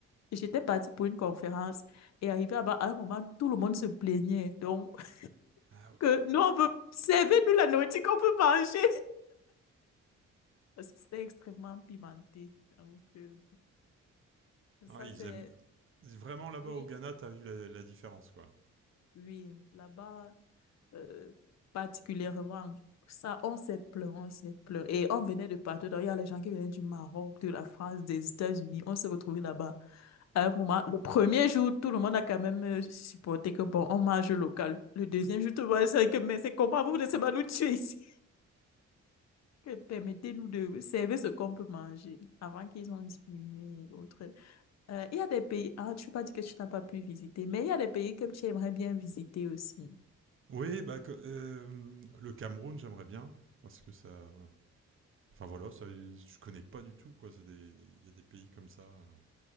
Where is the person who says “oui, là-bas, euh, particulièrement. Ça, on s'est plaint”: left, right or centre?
Left